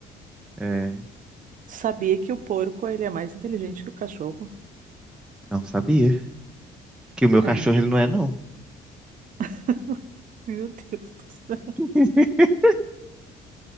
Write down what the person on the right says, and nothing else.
Sabia que o porco ele é mais inteligente que o cachorro?
É.
<laughs> Meu Deus do céu,